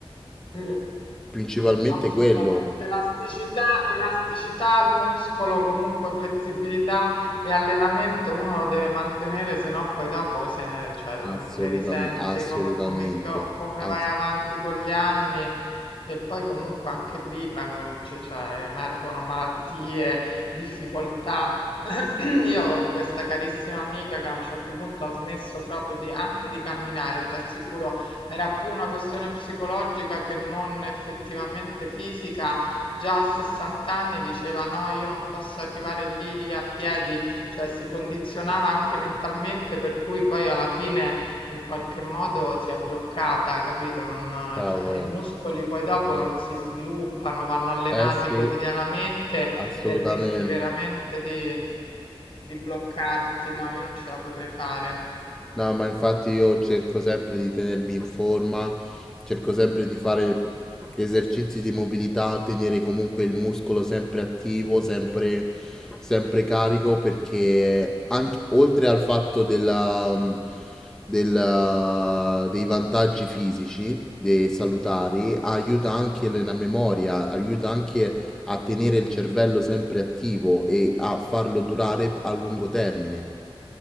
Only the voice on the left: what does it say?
sì.
Assolutamente,
elasticità elasticità al muscolo, comunque flessibilità e allenamento uno lo deve mantenere, se no poi dopo se ne, cioè,
non ne risenti
e come, come- co- come
vai avanti con gli anni e poi comunque anche lì vengono, cioè, cioè, emergono malattie, difficoltà. <clears throat> Io avevo questa carissima amica che a un certo punto ha smesso proprio di, anche di camminare, ti assicuro era più una questione psicologica che non effettivamente fisica. Già a 60 anni diceva: No, io non posso arrivare lì a piedi, cioè si condizionava anche mentalmente, per cui poi alla fine in qualche modo si è bloccata, capito? Non-
cioè, i muscoli poi dopo
non si sviluppano, vanno allenati
quotidianamente
e rischi veramente di, di bloccarti. No, io non ce la potrei fare.